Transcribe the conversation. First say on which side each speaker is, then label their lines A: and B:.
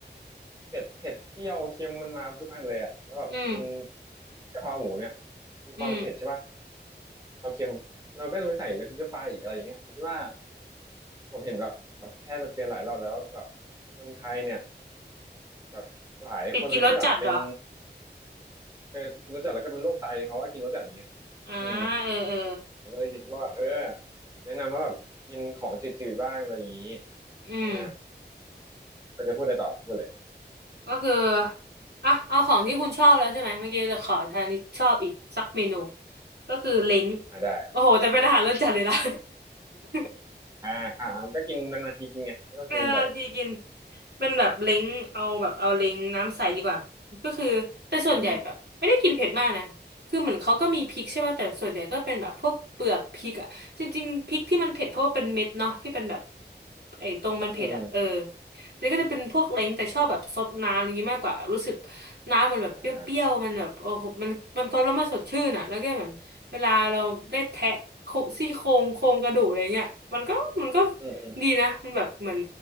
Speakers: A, on the right (about 20°); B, on the right (about 65°).
A: เผ็ดเผ็ดเปรี้ยวเค็มมันมาทุกอันเลยอ่ะแล้วแบบกิน
B: อืม
A: กะเพราหมูเนี่ยมีความเผ็ดใช่ป่ะ
B: อืม
A: ความเค็มเราก็จะไปใส่น้ำพริกน้ำปลาอีกอะไรอย่างเงี้ยผมคิดว่าผมเห็นแบบแพทย์มันเตือนหลายรอบแล้วว่าแบบคนไทยเนี่ยแบบหลายคนเลยที่แบบเป็น
B: ติดกินรสจัดเหรอ
A: เออกินรสจัดแล้วก็เป็นโรคไตเพราะว่ากินรสจัดอย่างเงี้ย
B: อ่า
A: อืม
B: เออเออ
A: ผมก็เลยคิดว่าแบบเออแนะนำว่าแบบกินของจืดๆบ้างอะไรอย่างงี้
B: อืม
A: อ่าก็จะพูดอะไรต่อพูดเลย
B: ก็คืออ่ะเอาของที่คุณชอบแล้วใช่ไหมเมื่อกี้จะขอทางที่ชอบอีกสักเมนู ก็คือเล้ง
A: อ่าได้
B: โอ้โหแต่เป็นอาหารรสจัดเลยนะ <laughs>
A: อ่าอ่ามันก็กินนานๆทีกินไงไม่ต้องกินบ่อย
B: เป็นนานๆทีกินเป็นแบบเล้งเอาแบบเอาเล้งน้ำใสดีกว่าก็คือแต่ส่วนใหญ่แบบไม่ได้กินเผ็ดมากนะคือเหมือนเขาก็มีพริกใช่ป่ะแต่ส่วนใหญ่ก็เป็นแบบพวกเปลือกพริกอะจริงๆพริกที่มันเผ็ดเพราะว่าเป็นเม็ดเนาะที่เป็นแบบ
A: อืมอืม
B: ไอ้ตรงมันเผ็ดอะเออ
A: อืม
B: แล้วก็จะเป็นพวกเล้งแต่ชอบแบบซดน้ำอะไรอย่างงี้มากกว่าแบบรู้สึกน้ำมันแบบเปรี้ยวๆมันแบบโอ้โหมันมันซดแล้วมันสดชื่นอะแล้วก็เหมือนเวลาเราได้แทะโคซี่โครงโครงกระดูกอะไรเงี้ยมันก็มันก็
A: อ่าอืมอืม
B: ดีนะมันแบบเหมือน